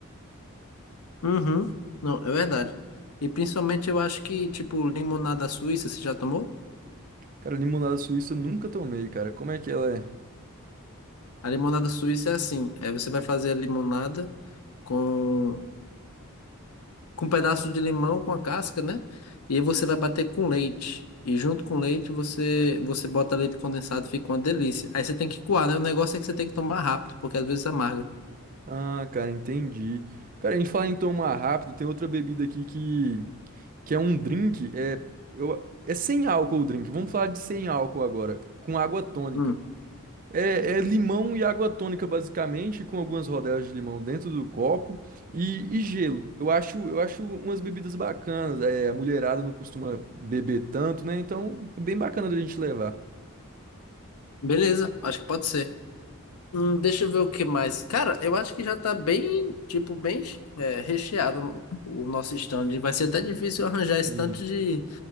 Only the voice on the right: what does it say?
Cara, limonada suíça eu nunca tomei, cara. Como é que ela é?
Ah, cara, entendi. Cara, a gente fala em tomar rápido, tem outra bebida aqui que, que é um drink, é, eu, é sem álcool o drink. Vamos falar de sem álcool agora, com água tônica.
É, é limão e água tônica, basicamente, com algumas rodelas de limão dentro do copo e, e gelo. Eu acho, eu acho umas bebidas bacanas. É, a mulherada não costuma beber tanto, né? Então, é bem bacana da gente levar.
Sim,